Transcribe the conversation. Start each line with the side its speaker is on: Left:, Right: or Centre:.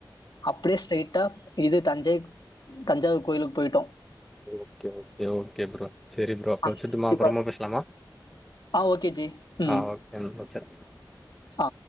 Left: அப்டியே ஸ்ட்ரெய்டா இது தஞ்சை தஞ்சாவூர் கோயிலுக்கு போயிட்டோ
Centre: ஓகே ஓகே ஓகே ப்ரோ சரி ப்ரோ அப்ப
Left: அங்க
Centre: வச்சுட்டுமா
Left: சுத்தி
Centre: அப்றமா
Left: பார்த்துட்டு
Centre: பேசலாமா
Left: ஆ ஓகே ஜி ம்.
Centre: ஆ ஓகேங்க வச்சற
Left: ஆ